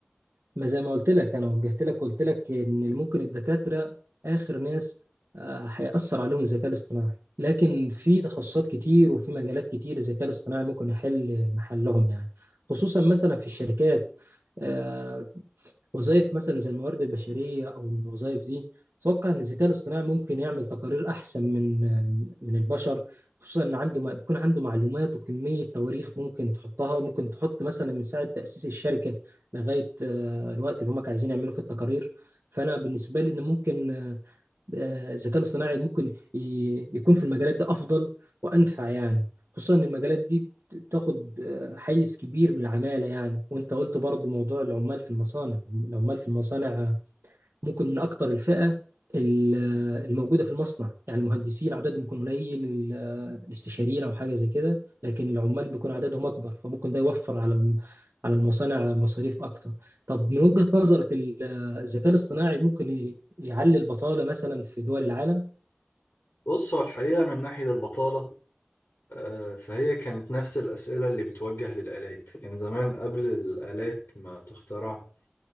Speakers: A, on the right (about 80°); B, on the left (about 65°).
A: ما زي ما قلت لك انا وجهت لك قلت لك ان ممكن الدكاتره اخر ناس آه، هيأثر عليهم الذكاء الاصطناعي لكن في تخصصات كتير وفي مجالات كتير الذكاء الاصطناعي ممكن يحل محلهم يعني خصوصا مثلا في الشركات آه، وظائف مثلا زي الموارد البشرية أو الوظائف دي أتوقع إن الذكاء الاصطناعي ممكن يعمل تقارير أحسن من من البشر خصوصا إن عنده بيكون عنده معلومات وكمية تواريخ ممكن تحطها ممكن تحط مثلا من ساعة تأسيس الشركة لغاية آه، الوقت اللي هم عايزين يعملوا في التقارير فأنا بالنسبة لي إن ممكن آه، آه، الذكاء الاصطناعي ممكن ي- يكون في المجالات دي افضل وانفع يعني خصوصا ان المجالات دي بتاخد آه، حيز كبير من العمالة يعني وانت قلت برضو موضوع العمال في المصانع العمال في المصانع ممكن من اكتر الفئه ال- الموجوده في المصنع يعني المهندسين عددهم بيكون قليل ال- الاستشاريين او حاجه زي كده لكن العمال بيكون عددهم اكبر فممكن ده يوفر على الم- على المصانع مصاريف اكتر طب من وجهه نظرك ال- آه، الذكاء الاصطناعي ممكن ي- يعلي البطاله مثلا في دول العالم
B: بص هو الحقيقة من ناحية البطالة آه، فهي كانت نفس الأسئلة اللي بتوجه للآلات كان زمان قبل الآلات ما تخترع